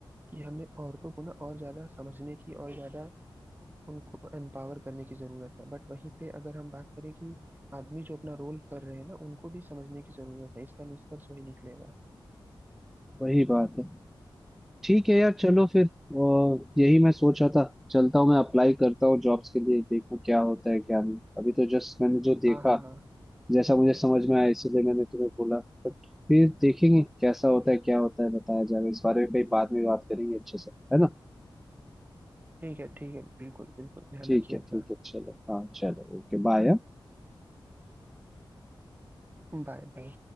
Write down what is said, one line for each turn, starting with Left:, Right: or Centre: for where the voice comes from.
Right: कि हमें औरतों को ना और ज्यादा समझने की और ज्यादा उनको एम्पावर करने की जरूरत है बट वहीं पे अगर हम बात करें कि आदमी जो अपना रोल कर रहे हैं ना उनको भी समझने की जरूरत है इसका निष्कर्ष वही निकलेगा
Centre: वही बात है ठीक है यार चलो फिर अ, यही मैं सोच रहा था चलता हूँ मैं अप्लाई करता हूँ जॉब्स के लिए देखूँ क्या होता है क्या नहीं अभी तो जस्ट मैंने जो देखा
Right: हाँ हाँ हाँ।
Centre: जैसा मुझे समझ में आया इसीलिए मैंने तुम्हें बोला बट फिर देखेंगे कैसा होता है क्या होता है बताया जाएगा इस बारे में कहीं बाद में बात करेंगे अच्छे से है ना
Right: ठीक है ठीक है बिल्कुल बिल्कुल ध्यान
Centre: ठीक
Right: रखिए
Centre: है
Right: अपना
Centre: ठीक है चलो हाँ चलो ओके बाय
Right: Bye bye